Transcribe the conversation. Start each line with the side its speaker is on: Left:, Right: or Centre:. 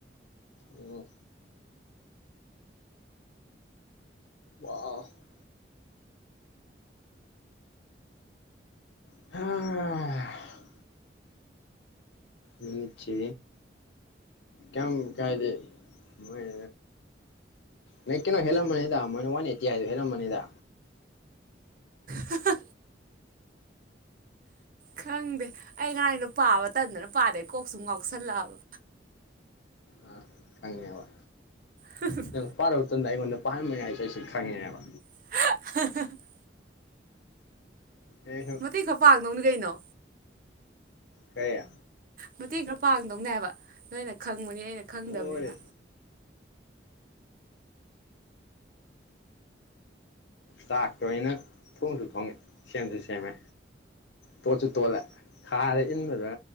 Left: ꯑꯣ ꯑ ꯑꯥ <unintelligible> ' <unintelligible> <inaudible> ꯃꯤꯅꯤꯆꯦ ꯀꯝ ꯀꯥꯏꯗꯦ ꯃꯣꯏ ꯅ ꯀꯩꯅꯣ ꯍꯦꯜꯂꯝꯃꯅꯤꯗ ꯃ ꯋꯥꯟ ꯑꯩꯠꯇꯤ ꯍꯥꯏꯗꯣ ꯍꯦꯜꯂꯝꯃꯅꯤꯗ
Right: ꯍꯥ-ꯍꯥ ꯈꯪꯗꯦ ꯑꯩ ꯉꯔꯥꯡꯗꯣ ꯄꯥꯕ ꯇꯟꯗꯅ ꯄꯥꯗꯦ ꯀꯣꯛꯁꯨꯨꯝ ꯉꯥꯎꯁꯜꯂꯛꯑꯕ꯫
Left: ꯑꯥ ꯈꯪꯉꯦꯕ
Right: ꯍ ꯍꯨꯝ
Left: ꯅꯪ ꯄꯥꯂꯣꯏꯔꯕ ꯃꯇꯨꯡꯗ ꯑꯩꯉꯣꯟꯗ ꯄꯥꯍꯟꯕꯅꯦ ꯍꯥꯏꯕꯁꯤ ꯑꯩꯁꯨ ꯈꯪꯉꯦꯕ꯫
Right: ꯅꯨꯄꯤꯅ ꯅꯣꯛꯄ꯫
Left: ꯑꯩ ꯁꯨꯝ
Right: ꯃꯇꯦꯛ ꯈꯔ ꯄꯥꯡꯗꯧꯅꯤ ꯀꯩꯅꯣ
Left: ꯀꯩ
Right: ꯃꯇꯦꯡ ꯈꯔ ꯄꯥꯡꯗꯧꯅꯦꯕ ꯅꯣꯏꯅ ꯈꯪꯕꯅꯤ ꯑꯩꯅ ꯈꯪꯗꯕꯅꯤꯅ
Left: ꯂꯣꯏꯔꯦ ꯆꯥꯛꯇ ꯑꯩꯅ ꯊꯣꯡꯁꯨ ꯊꯣꯡꯉꯦ ꯁꯦꯝꯁꯨ ꯁꯦꯝꯃꯦ ꯇꯣꯠꯁꯨ ꯇꯣꯠꯂꯦ ꯈꯥꯗ ꯏꯟꯕꯗ